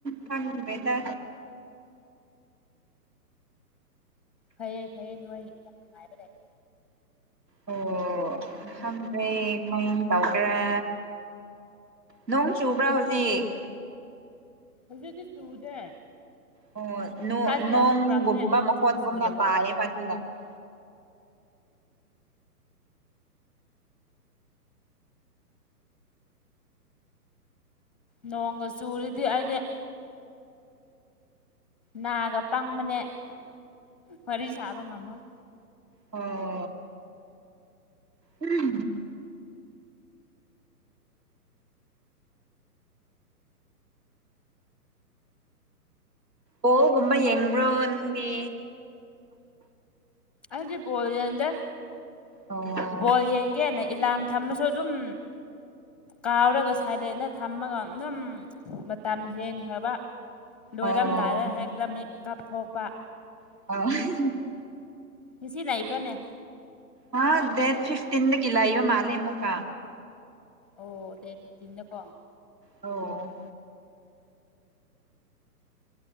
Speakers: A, on the right (about 90°); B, in the centre.
A: ꯈꯪꯗꯔꯦꯗ
B: ꯐꯩꯌꯦ ꯐꯩꯌꯦ ꯅꯣꯏ ꯌꯥꯝ ꯉꯥꯏꯕ ꯂꯩ
A: ꯑꯣ ꯈꯪꯗꯔꯦ ꯀꯔꯝ ꯇꯧꯒꯦꯔ ꯅꯣꯡ ꯆꯨꯕ꯭ꯔꯥ ꯍꯧꯖꯤꯛ
B: ꯍꯧꯖꯤꯛꯇꯤ ꯆꯨꯗꯦ
A: ꯑꯣ
B: ꯉꯁꯥꯏꯗꯣ
A: ꯅꯣꯡꯒꯨꯝꯕ
B: ꯌꯥꯝ ꯆꯨꯔꯝꯕꯅꯦ ꯑꯗꯣ ꯍꯧꯖꯤꯛꯇꯤ
A: ꯃꯈꯣꯟꯒꯨꯝꯅ
B: ꯆꯨꯗꯦꯕꯀꯣ
A: <unintelligible>
B: ꯅꯣꯡꯒ ꯆꯨꯔꯗꯤ ꯑꯩꯗꯤ ꯅꯥꯒ ꯄꯪꯕꯅꯦ ꯋꯥꯔꯤ ꯁꯥꯕ ꯉꯝꯃꯣꯏ
A: ꯑꯣ ꯎꯝ ꯑꯣ ꯀꯨꯝꯕ ꯌꯦꯡꯕ꯭ꯔꯣ ꯅꯪꯗꯤ
B: ꯑꯗꯤ ꯕꯣꯜ ꯌꯦꯡꯗꯦ
A: ꯑꯣ
B: ꯕꯣꯜ ꯌꯦꯡꯒꯦꯅ ꯑꯦꯂꯥꯝ ꯊꯝꯃꯁꯨ ꯑꯗꯨꯝ ꯀꯥꯎꯔꯒ ꯁꯥꯏꯂꯦꯟꯗ ꯊꯝꯃꯒ ꯑꯗꯨꯝ ꯃꯇꯝ ꯍꯦꯟꯈ꯭ꯔꯕ ꯂꯣꯏꯔꯝꯗꯥꯏꯗ
A: ꯑꯣ
B: ꯍꯦꯛꯇ ꯃꯤꯠꯀꯞ ꯊꯣꯛꯄ
A: <unintelligible>
B: ꯉꯁꯤ ꯂꯩꯏꯕ꯭ꯔꯥꯅꯦ
A: ꯍꯥ ꯗꯦꯠ ꯐꯤꯐꯇꯤꯟꯗꯒꯤ ꯂꯩꯕ ꯃꯥꯂꯦ ꯑꯃꯨꯛꯀꯥ
B: ꯑꯣ ꯗꯦꯠ ꯐꯤꯐꯇꯤꯟꯗꯀꯣ
A: ꯑꯣ